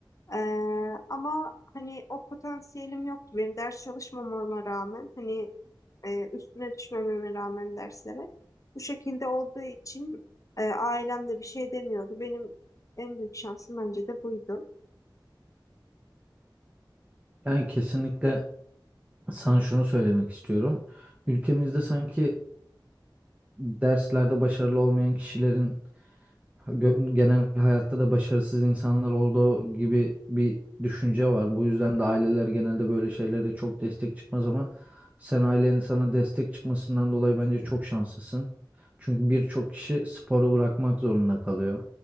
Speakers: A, on the left; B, on the right.
A: Ee, ama hani o potansiyelim yoktu benim ders çalışmamama rağmen hani e, üstüne düşmememe rağmen derslere bu şekilde olduğu için e, ailem de bir şey demiyordu. Benim en büyük şansım bence de buydu.
B: Yani kesinlikle sana şunu söylemek istiyorum. Ülkemizde sanki derslerde başarılı olmayan kişilerin ha- gö- genel hayatta da başarısız insanlar olduğu gibi bir düşünce var. Bu yüzden de aileler genelde böyle şeylere çok destek çıkmaz ama sen ailenin sana destek çıkmasından dolayı bence çok şanslısın. Çünkü birçok kişi sporu bırakmak zorunda kalıyor.